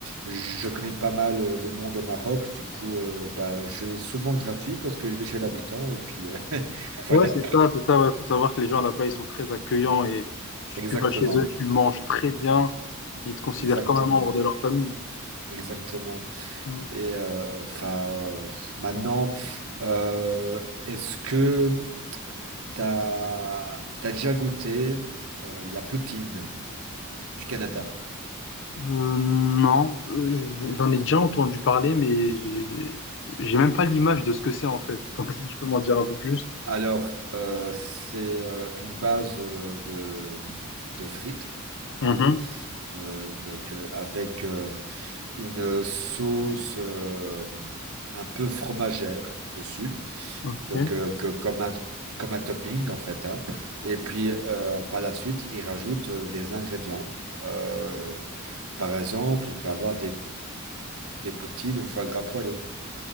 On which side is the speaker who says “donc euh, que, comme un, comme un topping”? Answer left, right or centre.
Right